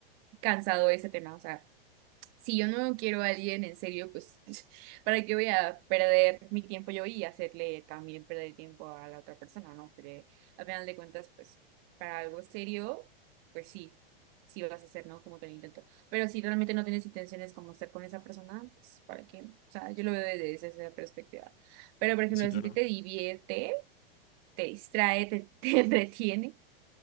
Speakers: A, on the right; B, on the left.
A: cansado ese tema, o sea. si yo no quiero a alguien en serio, pues, <laughs> ¿para qué voy a perder mi tiempo yo y hacerle también perder tiempo a la otra persona, ¿no? Pero al final de cuentas, pues, para algo serio, pues sí, sí lo vas a hacer, ¿no? Como que lo intento. Pero si realmente no tienes intenciones como estar con esa persona, pues, ¿para qué? O sea, yo lo veo desde esa perspectiva. Pero, por
B: Sí,
A: ejemplo,
B: sí, claro.
A: si a ti te divierte, te distrae, te, <laughs> te entretiene.